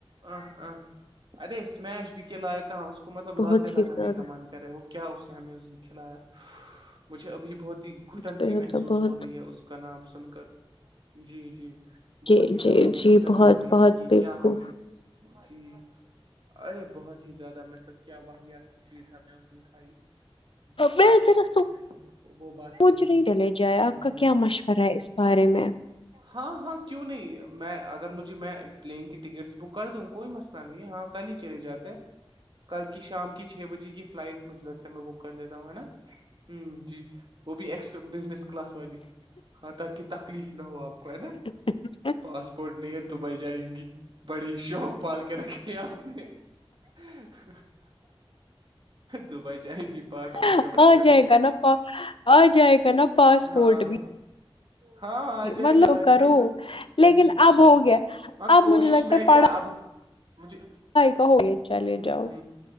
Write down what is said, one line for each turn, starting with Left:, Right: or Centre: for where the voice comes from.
Right: آ آ ارے اسمیش بھی کے لائق اس کو مطلب
Left: بہت
Right: لاتے لگانے
Left: ہی زیادہ
Right: کا مان رہے وہ کیا اس نے ہمیں اس نے کھلایا مجھے ابھی بھی بہت ہی گھٹن
Left: بےحدہ
Right: سی محسوس
Left: بہت
Right: ہو رہی ہے اس کا نام سن کر جی جی بہت
Left: جی
Right: ہی
Left: جی
Right: زیادہ وہ
Left: جی
Right: گھٹن
Left: بہت
Right: ہو رہی ہے
Left: بہت
Right: کہ یہ
Left: بالکل
Right: کیا ہم نے جی ارے بہت ہی زیادہ مطلب کیا واحت چیز ہم نے اس دن کھائی جی
Left: میں
Right: صحی
Left: ذرا
Right: صحیح صحیح وہ بات
Left: سوچ
Right: تو ہے
Left: رہی
Right: ہی
Left: چلے جائے
Right: ہوں
Left: آپ کا کیا مشورہ
Right: ہ
Left: ہے اس بارے میں
Right: ہاں ہاں کیوں نہیں میں اگر مجھے میں پلین کی ٹکٹس بک کر دوں کوئی مسئلہ نہیں ہاں کل ہی چلے جاتے ہیں کل کی شام کی چ چھ بجے کی فلائٹ مجھے لگتا ہے میں بک کر دیتا ہوں ہے نا ہ جی وہ بھی ایکسٹ بزنس کلاس والی ہاں تاکہ تکلیف نہ ہو آپ کو ہے نا
Left: میں
Right: پاسپورٹ نہیں ہے دبئی جائیں گی بڑی شوک پال کر کے آپ نے ہ دبئی جائیں گی پاسورٹ
Left: آ
Right: کے بغیر
Left: جائے گا نا پا آ جائے گا نا پاسپورٹ
Right: ہاں
Left: بھی
Right: ہاں آ جائے
Left: مطلب
Right: گا آ
Left: کرو
Right: جائے گا ہ
Left: لیکن
Right: ہ
Left: اب ہو گیا
Right: ہاں
Left: اب
Right: کوشش
Left: مجھے لگتا
Right: میں
Left: ہے پڑھائی
Right: کیا اب مجھے
Left: کا ہو گیا چلے
Right: ہ
Left: جاؤ